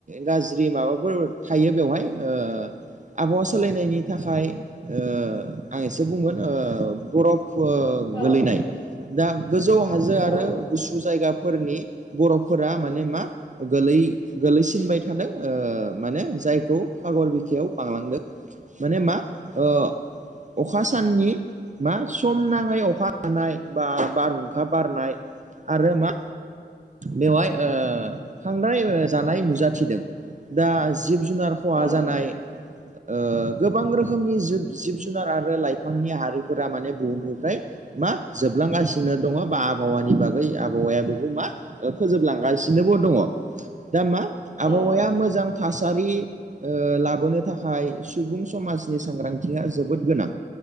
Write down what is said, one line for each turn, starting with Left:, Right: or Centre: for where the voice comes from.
Right: गाज्रि माबाफोर थायो बेवहाय ओ आबहावा सोलायनायनि थाखाय ओ आं एसे बुंगोन ओ बरफ ओ
Left: औ
Right: गोलैनाय दा गोजौ हाजो आरो
Left: औ
Right: गुसु जायगा फोरनि बर'फोरा माने मा गोलै गोलैसिनबाय थादों ओ माने जायखौ हागर बिखायाव बांलांदों माने मा ओ अखा साननि मा सम नाङै अखा हानाय बा बारहुंखा बारनाय आरो मा बेवहाय ओ खांद्राय जानाय नुजाथिदों दा जिब जुनार खहा
Left: औ
Right: जानाय ओ गोबां रोखोमनि जि जिब जुनार आरो लाइफांनि हारिफोरा माने बुहुमनिफ्राय मा जोबलांगासिनो दङ बा आबहावानि बागै आबहावाया बेखौ मा फोजोबलांगासिनोबो दङ दा मा
Left: औ
Right: आबहावाया मोजां थासारि ओ लाबोनो थाखाय सुबुं समाजनि सांग्रां बिथिया जोबोद गोनां